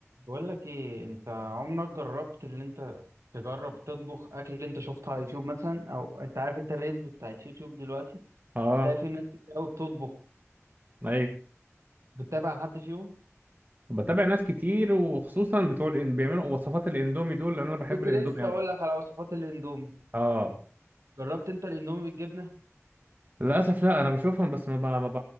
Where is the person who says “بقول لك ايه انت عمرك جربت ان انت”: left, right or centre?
Right